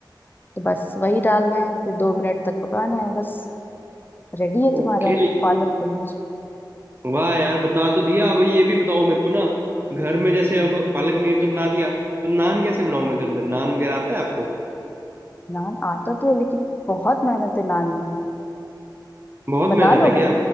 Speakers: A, on the left; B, on the right.
A: तो बस वही डालना है फिर दो मिनट तक पकाना है बस रेडी है तुम्हारा
B: ओके
A: पालक पनीर
B: वाह यार बता तो दिया अब ये भी बताओ मेरे को ना घर में जैसे अब पालक पनीर तो बना दिया तो नान कैसे बनाऊं मैं घर में नान वगैरह आता है आपको
A: नान आता तो है लेकिन बहुत मेहनत है नान में
B: बहुत
A: बना
B: मेहनत
A: लोगे
B: है क्या